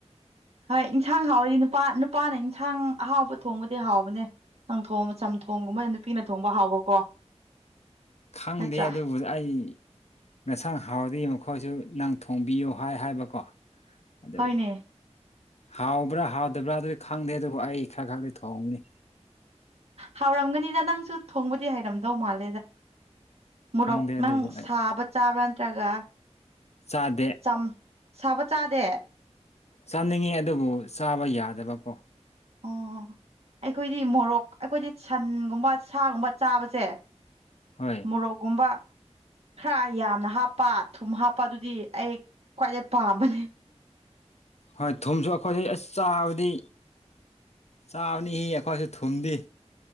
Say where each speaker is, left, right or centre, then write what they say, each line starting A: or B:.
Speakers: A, on the right (about 60°); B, on the left (about 65°).
A: ꯍꯣꯏ ꯏꯟꯁꯥꯡ ꯍꯥꯎꯋꯗꯤ ꯅꯨꯄꯥ ꯅꯨꯄꯥꯅ ꯏꯟꯁꯥꯡ ꯑꯍꯥꯎꯕ ꯊꯣꯡꯕꯗꯤ ꯍꯥꯎꯕꯅꯦ꯫ ꯆꯪꯊꯣ ꯆꯝꯊꯣꯡꯒꯨꯝꯕ ꯅꯨꯄꯤꯅ ꯊꯣꯡꯕ ꯍꯥꯎꯕꯀꯣ
B: ꯈꯪꯗꯦ
A: ꯅꯠꯇ꯭ꯔꯥ
B: ꯑꯗꯨꯕꯨ ꯑꯩ ꯉꯁꯥꯡ ꯍꯥꯎꯗ ꯑꯩꯈꯣꯏꯁꯨ ꯅꯪ ꯊꯣꯡꯕꯤꯌꯨ ꯍꯥꯏ ꯍꯥꯏꯕꯀꯣ ꯑꯗꯨ
A: ꯍꯣꯏꯅꯦ
B: ꯍꯥꯎꯕ꯭ꯔꯥ ꯍꯥꯎꯗꯕ꯭ꯔꯥ ꯑꯗꯨꯗꯤ ꯈꯪꯗꯦ ꯑꯗꯨꯕꯨ ꯑꯩ ꯈꯔ ꯈꯛꯇꯗꯤ ꯊꯣꯡꯕꯅꯤ
A: ꯍꯥꯎꯔꯝꯒꯅꯤꯗ ꯅꯪꯁꯨ ꯊꯣꯡꯕꯗꯤ ꯍꯩꯔꯝꯗꯧ ꯃꯥꯜꯂꯦꯗ ꯃꯣꯔꯣꯛ
B: ꯈꯪꯗꯦ ꯑꯗꯨꯕꯨ
A: ꯅꯪ
B: ꯑꯩ
A: ꯁꯥꯕ ꯆꯥꯕ꯭ꯔꯥ ꯅꯠꯇ꯭ꯔꯒ
B: ꯆꯥꯗꯦ
A: ꯆꯝ ꯁꯥꯕ ꯆꯥꯗꯦ
B: ꯆꯥꯅꯤꯡꯉꯦ ꯑꯗꯨꯕꯨ ꯆꯥꯕ ꯌꯥꯗꯕꯀꯣ
A: ꯑꯣ ꯑꯩꯈꯣꯏꯗꯤ ꯃꯣꯔꯣꯛ ꯑꯩꯈꯣꯏꯗꯤ ꯁꯟꯒꯨꯝꯕ ꯁꯥꯒꯨꯝꯕ ꯆꯥꯕꯁꯦ
B: ꯍꯣꯏ
A: ꯃꯣꯔꯣꯛꯒꯨꯝꯕ ꯈꯔ ꯌꯥꯝꯅ ꯍꯥꯞꯄ ꯊꯨꯝ ꯍꯥꯞꯄ ꯑꯗꯨꯗꯤ ꯑꯩ ꯈ꯭ꯋꯥꯏꯗꯩ ꯄꯥꯝꯕꯅꯤ
B: ꯍꯣꯏ ꯊꯨꯝꯁꯨ ꯑꯈꯣꯏꯁꯨ ꯑꯁ ꯆꯥꯕꯗꯤ ꯆꯥꯕꯅꯤꯍꯤ ꯑꯈꯣꯏꯁꯨ ꯊꯨꯝꯗꯤ